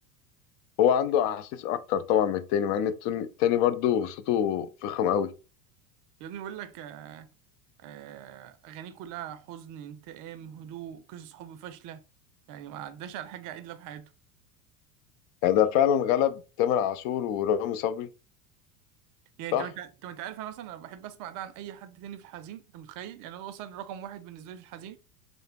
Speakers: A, on the left (about 50°); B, on the right (about 40°).
A: هو عنده أحاسيس أكتر طبعا من التاني مع إن التون- التاني برضه صوته فخم أوي
B: يا ابني بقول لك آه، آه، أغانيه كلها حزن انتقام هدوء قصص حب فاشلة يعني ما عداش على حاجة عدلة في حياته
A: يعني ده فعلا غلب تامر عاشور ورامي صبري
B: يعني
A: صح
B: انت انت انت عارف انا مثلا انا بحب اسمع ده عن اي حد تاني في الحزين انت متخيل يعني هو مثلا رقم واحد بالنسبه لي في الحزين